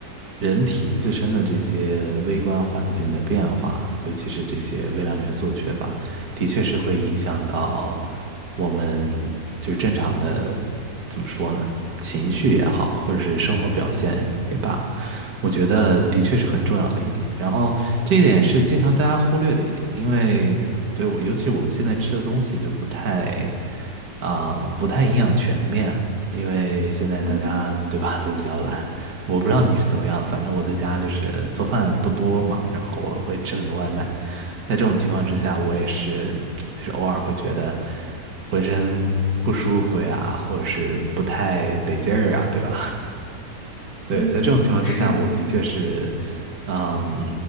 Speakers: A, on the right (about 75°); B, on the left (about 25°).
A: 人体自身的这些微观环境的变化，尤其是这些微量元素的缺乏，的确是会影响到我们就是正常的，怎么说呢，情绪也好，或者是生活表现也罢，我觉得的确是很重要的一点。然后这一点是经常大家忽略的一点，因为对，尤其我们现在吃的东西就不太。啊、呃不太营养全面，因为现在大家对吧都比较懒。
B: 嗯
A: 我不知道你是怎么样的，反正我在家就是做饭不多嘛，然后我会吃很多外卖。在这种情况之下，我也是就是偶尔会觉得浑身不舒服呀，或者是不太得劲儿啊，对吧？对，
B: 嗯，
A: 在这种情况之下，
B: 是呢，
A: 我的确是，嗯，